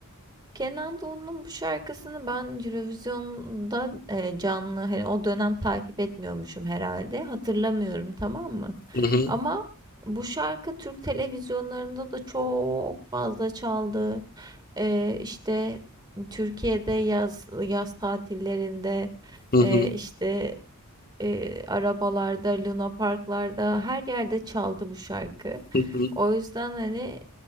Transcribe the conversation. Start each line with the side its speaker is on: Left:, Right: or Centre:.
Right: Kenan Doğulu'nun bu şarkısını ben Eurovision'da e, canlı hani o dönem takip etmiyormuşum herhalde. Hatırlamıyorum tamam mı?
Left: Hı hı
Right: Ama bu şarkı Türk televizyonlarında da çok fazla çaldı. E, işte Türkiye'de yaz yaz tatillerinde
Left: hı hı
Right: e, işte e, arabalarda, Luna Parklarda her yerde çaldı bu şarkı.
Left: hı hı.
Right: O yüzden hani